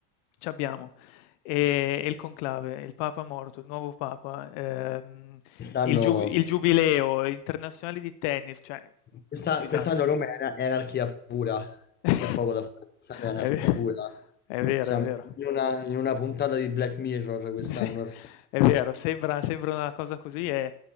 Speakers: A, on the left; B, on the left.
A: c'abbiamo, ehm, e e il conclave, il papa morto, il nuovo papa, ehm,
B: Quest'anno
A: il giu il giubileo, internazionali di tennis, cioè, mhmm,
B: questa-
A: un disastro.
B: quest'anno Roma è, ana- è anarchia pura,
A: <laughs>
B: c'è poco da fare, quest'anno è anarchia
A: È ve
B: pura.
A: è vero,
B: Siamo
A: è vero.
B: in una, in una puntata di Black Mirror quest'anno.
A: Sì, è vero, sembra sembra una cosa così, è